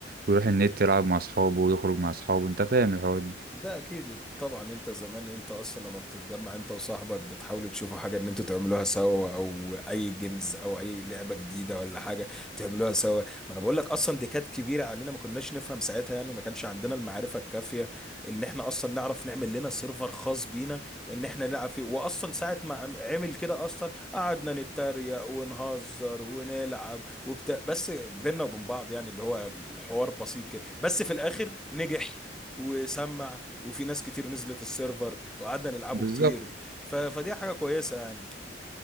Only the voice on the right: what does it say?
ويروح النت يلعب مع أصحابه ويخرج مع أصحابه أنت فاهم الحوار ده
بالظبط